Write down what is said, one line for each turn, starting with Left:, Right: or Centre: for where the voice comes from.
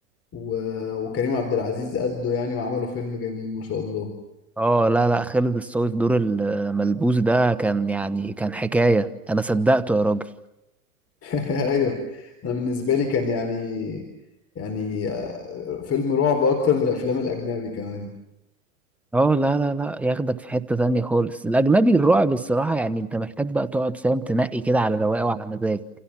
Left: و... وكريم عبد العزيز أدوا يعني وعملوا فيلم جميل ما شاء الله
Centre: اه لا لا خالد الصاوي في دور الملبوس ده كان يعني كان حكايه انا صدقته يا راجل
Left: <laughs> ايوه انا بالنسبة لي كان يعني يعني آه، فيلم رعب اكتر من الافلام الاجنبي كمان
Centre: اه لا لا لا ياخدك في حتة تانية خالص الأجنبي الرعب الصراحة يعني أنت محتاج بقى تقعد فاهم تنقي كده على رواقه وعلى مزاج